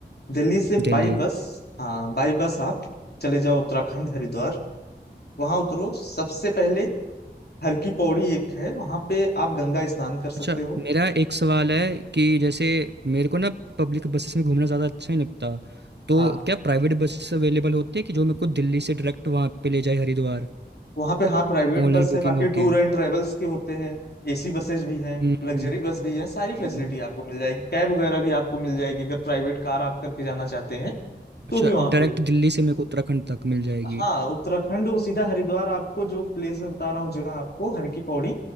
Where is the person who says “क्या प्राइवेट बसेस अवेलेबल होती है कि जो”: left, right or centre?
Right